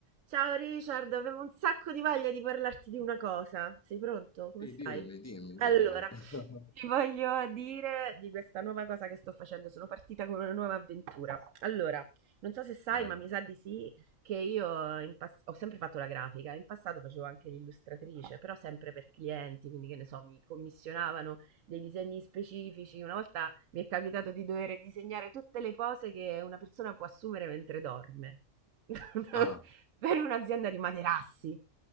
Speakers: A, on the right (about 85°); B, on the left (about 20°).
A: Ciao Richard, avevo un sacco di voglia di parlarti di una cosa. Sei pronto? Come
B: Sì,
A: stai?
B: dimmi, dimmi,
A: Allora,
B: dimmi. <laughs>
A: ti voglio dire di questa nuova cosa che sto facendo. Sono partita con una nuova avventura. Allora, non so se sai,
B: Vai.
A: ma mi sa di sì, che io in pass- ho sempre fatto la grafica. In passato facevo anche l'illustratrice, però sempre per clienti, quindi che ne so, mi commissionavano dei disegni specifici. Una volta mi è capitato di dover disegnare tutte le pose che una persona può assumere mentre dorme <laughs>
B: Ah,
A: per un'azienda di materassi.